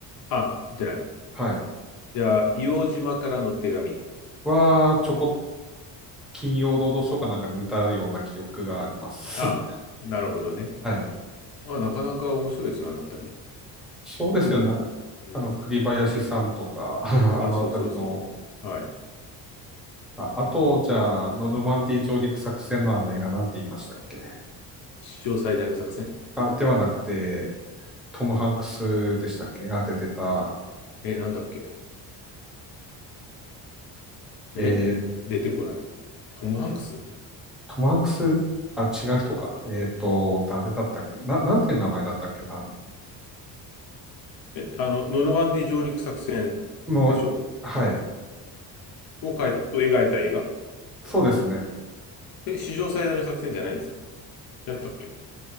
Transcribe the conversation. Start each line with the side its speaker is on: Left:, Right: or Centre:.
Left: あ、見てない。
Centre: はい。
Left: じゃあ、硫黄島からの手紙。
Centre: は、ちょこっ金曜ロードショーかなんかで見たような記憶があります。
Left: あ、なるほどね。
Centre: <laughs> はい。
Left: あ、なかなか面白いですよ、あのあたり。
Centre: そうですよね。
Left: クリン、うん。
Centre: あの、栗林さんとか、<laughs> あのあたりの、
Left: あ、そうそうそう。はい。
Centre: あ、あと、じゃあ、ノルマンディー上陸作戦のあの映画なんて言いましたっけ
Left: 史上最大の作戦
Centre: あ、ではなくて、トム・ハンクスでしたっけが出てた、
Left: え、なんだっけえ、
Centre: えー、
Left: 出てこない。トム・ハンクス
Centre: トム・ハンクス、あ、違う人か。えっと、誰だったっけな、なんていう名前だったっけな
Left: え、あの、ノルマンディ上陸作戦でしょ
Centre: の、はい。
Left: を描い、を描いた映画
Centre: そうですね。
Left: え、史上最大の作戦じゃないんですかやったっけ